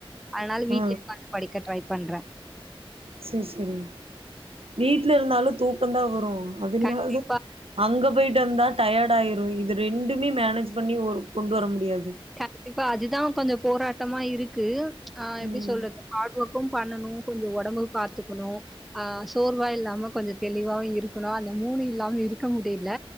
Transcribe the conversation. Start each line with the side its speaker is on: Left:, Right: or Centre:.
Centre: அதனால
Right: ஆ
Centre: வீட்லயே உக்காந்து படிக்க ட்ரை பண்றேன்
Right: சேரி சேரி வீட்ல இருந்தாலும் தூக்கம் தான் வரும் அது இல்லாது
Centre: கண்டிப்பா
Right: அங்க போயிட்டு வந்தா டயர்ட் ஆயிரும் இது ரெண்டுமே மேனேஜ் பண்ணி ஒரு கொண்டு வர முடியாது
Centre: கண்டிப்பா அதுதான் கொஞ்சம் போராட்டமா இருக்கு ஆ எப்டி
Right: ம்
Centre: சொல்றது ஹார்ட் ஒர்க்கும் பண்ணணும் கொஞ்சம் உடம்பும் பாத்துக்கணும் அ சோர்வா இல்லாம கொஞ்சம் தெளிவாவும் இருக்கணும் அந்த மூணு இல்லாம இருக்க முடியல